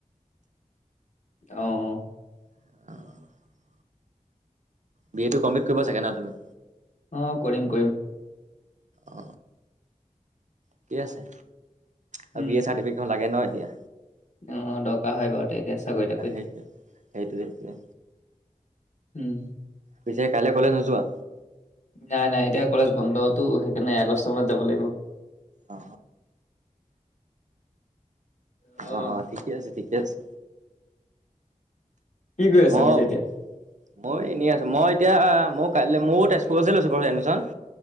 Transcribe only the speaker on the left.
অঁ অ।
অ, কৰিম কৰিম।
উম
অ দকা হয় বাৱ তেতিয়া চাকৈ তাকৈত
উম।
নাই, নাই এতিয়া কলেজ বন্ধতো সেইকাৰণে আগষ্ট মানত যাব লাগিব।
অহ
কি কৰি আছা
পিছে এতিয়া